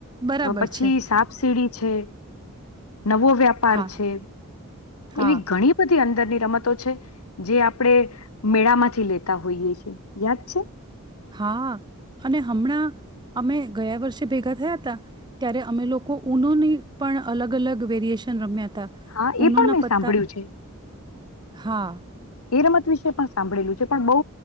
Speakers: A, on the right; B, on the left.
A: બરાબર
B: પછી
A: છે.
B: સાપ સીડી છે નવો વ્યાપાર
A: હા,
B: છે
A: હા,
B: એવી ઘણી બધી અંદર અંદર ની રમતો છે જે આપણે મેળામાંથી લેતા હોઈએ છેએ યાદ છે
A: હા અને હમણાં અમે ગયા વર્ષે ભેગા થયા હતા ત્યારે અમે લોકો ઉનોની પણ અલગ અલગ વેરિએશન રમ્યા હતા
B: હા એ
A: ઉ ના
B: પણ મેં
A: પતા
B: સાંભળ્યું છે
A: હા
B: એ રમત વિશે પણ સાંભળેલું છે પણ બહુ